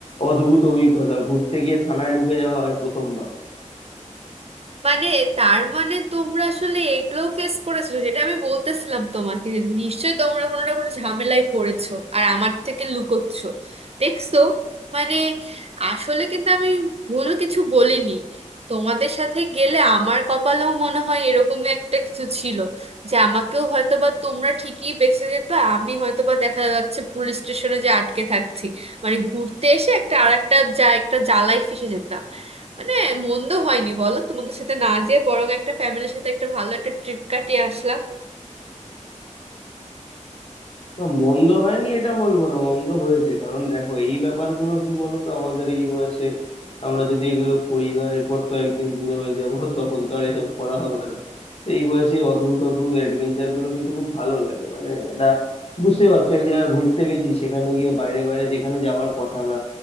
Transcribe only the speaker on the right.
মানে তার মানে তোমরা আসলে এগুলো ফেস করেছো যেটা আমি বলতেছিলাম তোমাকে যে নিশ্চয়ই তোমরা কোনো না কোনো ঝামেলায় পড়েছো আর আমার থেকে লুকোচ্ছ দেখছো মানে আসলে কিন্তু আমি ভুল কিছু বলিনি তোমাদের সাথে গেলে আমার কপালেও মনে হয় এরকম একটা কিছু ছিল যে আমাকেও হয়তোবা তোমরা ঠিকই বেঁচে যেত আমি হয়তোবা দেখা যাচ্ছে পুলিশ স্টেশনে যে আটকে থাকছি মানে ঘুরতে এসে একটা আর একটা যা একটা জ্বালায় ফেঁসে যেতাম মানে মন্দ হয়নি বলো তোমাদের সাথে না যেয়ে বরং একটা ফ্যামিলির সাথে একটা ভালো একটা ট্রিপ কাটিয়ে আসলাম